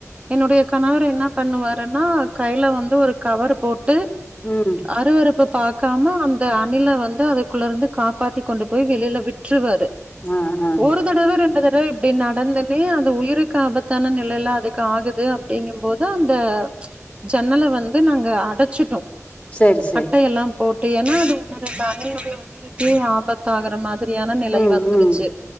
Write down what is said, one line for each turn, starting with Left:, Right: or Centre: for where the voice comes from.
Right: என்னுடைய கணவர் என்ன பண்ணுவாருன்னா கைல வந்து ஒரு கவர் போட்டு
Left: ம்
Right: அருவறுப்பு பாக்காம அந்த அணில வந்து அத குள்ளர்ந்து காப்பாத்தி கொண்டு போய் வெளில விட்டுறுவாரு
Left: ஆ ஆ
Right: ஒரு தடவ ரெண்டு தடவ இப்டி நடந்துன்னே அந்த உயிருக் காபத்தான நிலைல்ல அதுக்கு ஆகுது அப்டிங்கும் போது அந்த ஜன்னல வந்து நாங்க அடச்சுடோம்
Left: சரி சரி
Right: அட்ட எல்லா போட்டு ஏன்னா அது உண்ண இது என்டைய உயிருக்கு ஆபத்தாகுற மாரி ரியான நிலை
Left: ம்
Right: வந்துருச்சு
Left: ம்